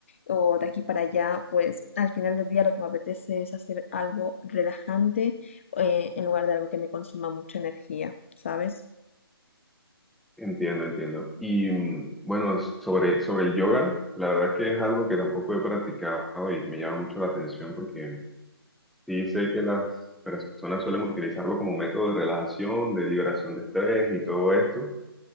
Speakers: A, on the left; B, in the centre.
A: o de aquí para allá, pues al final del día lo que me apetece es hacer algo relajante eh, en lugar de algo que me consuma mucha energía, ¿sabes?
B: Entiendo, entiendo. Y mm, bueno, sobre, sobre el yoga, la verdad es que es algo que tampoco he practicado y me llama mucho la atención porque sí sé que las personas suelen utilizarlo como método de relajación, de liberación de estrés y todo esto.